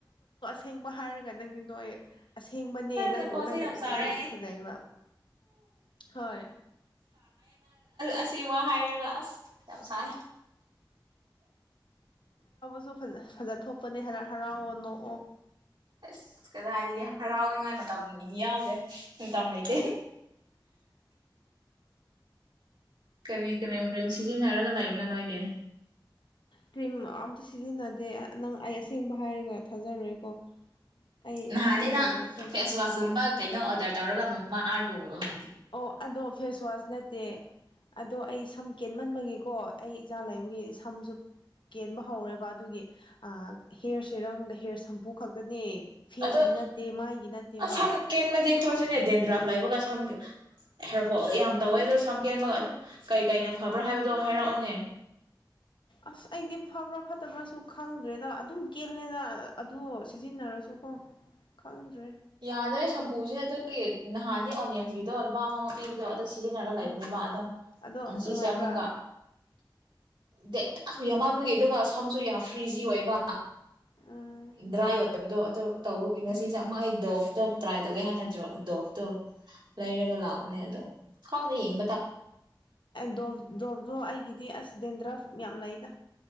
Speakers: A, on the left; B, on the right.
A: ꯊꯦꯡꯕ ꯍꯥꯏꯔꯒ ꯅꯪꯗꯤ ꯅꯣꯛꯑꯦ ꯑꯁꯦꯡꯕꯅꯦ ꯅꯪ
B: ꯅꯀꯣꯡꯁꯦ
A: ꯅꯪ
B: ꯌꯥꯝ ꯆꯥꯎꯔꯦ
A: ꯅꯪ ꯐꯖꯩꯕ ꯍꯣꯏ
B: ꯑꯁꯤꯕ ꯍꯥꯏꯔꯒ ꯑꯁ ꯌꯥꯝ ꯁꯥꯢ
A: ꯗꯣ ꯐ ꯐꯖ ꯊꯣꯛꯄꯅꯦ ꯍꯔ ꯍꯔꯥꯎꯑꯣ ꯅꯣꯛꯑꯣ
B: ꯑꯁ ꯀꯗꯥꯢꯗꯒꯤ ꯍꯔꯥꯎꯅꯤꯉꯥꯏ ꯃꯇꯝ ꯒꯤꯗꯤ ꯌꯥꯎꯗꯦ ꯃꯇꯝ ꯂꯩꯇꯦ ꯀꯔꯤ ꯀ꯭ꯔꯤꯝ ꯀ꯭ꯔꯤꯝ ꯁꯤꯖꯤꯟꯅꯔꯒ ꯂꯩꯥꯕꯅꯣ ꯅꯣꯏꯗꯤ
A: ꯀ꯭ꯔꯤꯝ ꯑꯝꯇ ꯁꯤꯖꯤꯟꯅꯗꯦ ꯅꯪ ꯑꯩ ꯑꯁꯦꯡꯕ ꯍꯥꯏꯔꯒ ꯊꯥꯖꯔꯣꯏꯀꯣ ꯑꯩ
B: ꯅꯍꯥꯅꯦꯅ
A: ꯁꯤꯖꯤꯟꯅꯗꯦ ꯑꯁꯦꯡꯕ
B: ꯐꯦꯁ ꯋꯥꯁ ꯀꯨꯝꯕ ꯀꯩꯅꯣ ꯑꯣꯔꯗꯔ ꯇꯧꯔꯒ ꯃꯥꯃꯥ ꯒꯨ ꯎꯝ
A: ꯑꯣ ꯑꯗꯣ ꯐꯦꯁ ꯋꯥꯁ ꯅꯠꯇꯦ ꯑꯗꯣ ꯑꯩ ꯁꯝ ꯀꯦꯟꯃꯟꯕꯒꯤ ꯀꯣ ꯑꯩ ꯏꯆꯥ ꯂꯩꯕꯒꯤ ꯁꯝꯁꯨ ꯀꯦꯟꯕ ꯍꯧꯔꯦꯕ ꯑꯗꯨꯒꯤ ꯑ ꯍꯦꯌꯔ ꯁꯦꯔꯝꯒ ꯍꯦꯌꯔ ꯁꯝꯄꯨ ꯈꯛꯇꯅꯦ ꯐꯦꯁꯀꯤ
B: ꯑꯗꯣ
A: ꯅꯠꯇꯦ ꯃꯥꯢꯒꯤ ꯅꯠꯇꯦꯕ
B: ꯑꯁ ꯁꯝ ꯀꯦꯟꯕꯗꯤ ꯑꯩꯈꯣꯏꯁꯨꯅꯦ ꯗꯦꯟꯗ꯭ꯔꯥꯐ ꯂꯩꯕꯒ ꯁꯝ ꯍꯦꯔꯄꯣ ꯌꯥꯝ ꯇꯧꯋꯦ ꯑꯗꯨ ꯁꯝ ꯀꯦꯟꯕꯒ ꯀꯩ ꯀꯩꯅ ꯐꯕ꯭ꯔꯥ ꯍꯥꯏꯕꯗꯣ ꯍꯥꯏꯔꯛꯑꯣꯅꯦ
A: ꯑꯁ ꯑꯩꯗꯤ ꯐꯕ꯭ꯔꯥ ꯐꯠꯇꯕ꯭ꯔꯥꯁꯨ ꯈꯪꯗ꯭ꯔꯦꯗ ꯑꯗꯨꯝ ꯀꯦꯜꯂꯦꯅ ꯑꯗꯨ ꯁꯤꯖꯤꯟꯅꯔꯁꯨ ꯀꯣ ꯈꯪꯗ꯭ꯔꯦ
B: ꯌꯥꯗ꯭ꯔꯦ ꯁꯝꯄꯨꯁꯦ ꯑꯗꯨꯒꯤ ꯅꯍꯥꯟꯒꯤ ꯑꯣꯅꯤꯌꯟꯁꯒꯤꯗꯣ ꯑꯣꯜꯄꯥ ꯑꯃ ꯄꯤꯕꯗꯣ ꯑꯗꯨ ꯁꯤꯖꯤꯟꯅꯔꯒ ꯂꯩꯕꯅꯦꯕ
A: ꯎꯝ
B: ꯑꯗꯣ
A: ꯑꯗꯣ
B: ꯉ ꯁꯤꯁꯦ
A: ꯅꯨꯡꯉꯥꯏꯕ꯭ꯔꯥ
B: ꯑꯃꯨꯛꯀ ꯗꯦ ꯌꯥꯝ ꯃꯥꯟꯕꯒꯤ ꯑꯗꯨꯒ ꯁꯝꯁꯨ ꯌꯥꯝ ꯐ꯭ꯔꯤꯖꯤ ꯑꯣꯏꯕ
A: ꯎꯝ
B: ꯗ꯭ꯔꯥꯏ ꯑꯣꯏꯕꯗꯣ ꯑꯗꯣ ꯇꯧꯕꯒꯤ ꯉꯁꯤꯁꯨ
A: ꯎꯝ
B: ꯃꯣꯢ ꯐꯇꯣꯞ ꯇ꯭ꯔꯥꯏ ꯇꯧꯒꯦ ꯍꯥꯏꯅ꯭ꯔꯣ ꯗꯣꯞꯇꯣ ꯂꯩꯔꯒ ꯂꯥꯛꯄꯅꯦ ꯑꯗꯣ ꯍꯅꯦ ꯌꯦꯡ
A: ꯗꯣ ꯗꯣꯚꯗꯣ ꯑꯩꯒꯤ ꯗꯤ ꯑꯁ ꯗꯦꯟꯗ꯭ꯔꯥ ꯌꯥꯝ ꯂꯩꯗ